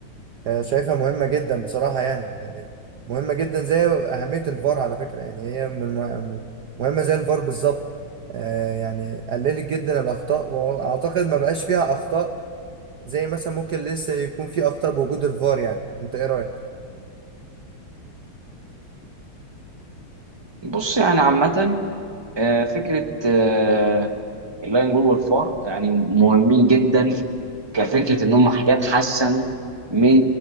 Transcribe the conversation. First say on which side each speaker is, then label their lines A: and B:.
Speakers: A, on the right; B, on the right.
A: آه، شايفها مهمة جدا بصراحة يعني يعني مهمة جدا زي أهمية الفار على فكرة يعني هي من من- مهمة زي الفار بالظبط آه، يعني قللت جدا الأخطاء وأعتقد ما بقاش فيها أخطاء زي مثلا ممكن لسه يكون في أخطاء بوجود الفار يعني أنت إيه رأيك؟
B: بص يعني عامه آه، فكره آه، اللاين جول والفار يعني مهمين جدا كفكره ان هم حاجات حسنوا من